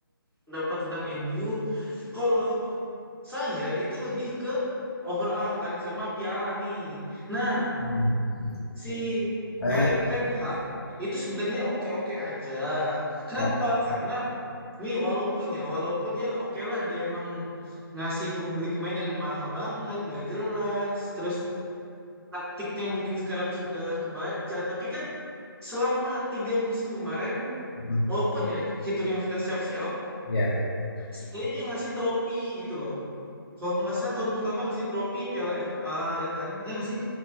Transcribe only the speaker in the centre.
pendapat tentang MU kalau saya itu lebih ke overall kan sama piala nih nah
si
Erik Ten Hag itu sebenarnya oke-oke aja. Kenapa?
Karena nih walaupun ya, walaupun ya oke lah dia emang ngasih pem- beli pemain yang mahal banget, nggak jelas, terus taktiknya mungkin sekarang sudah kebaca, tapi kan selama tiga musim kemarin,
walaupun ya hitungnya masih terseok-seok,
setidaknya dia ngasih tropi gitu loh. Kalau nggak salah tahun pertama ngasih tropi Piala FA ya kan? Ya nggak sih?